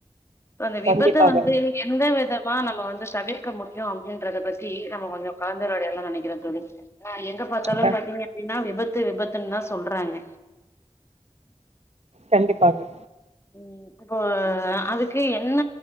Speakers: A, on the left; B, on the right.
A: இப்ப அந்த
B: கண்டிப்பாக
A: விபத்து வந்து எந்த விதமா நம்ம வந்து தவிர்க்க முடியு அப்டின்றத பத்தி நம்ம கொஞ்சோ கலந்துரையாடலா நெனைக்கறே தோழி அ எங்க பாத்தாலு
B: க
A: பாத்தீங்க அப்டின்னா விபத்து விபத்துன்னு தா சொல்றாங்க
B: கண்டிப்பாக
A: ம் இப்போ அதுக்கு என்ன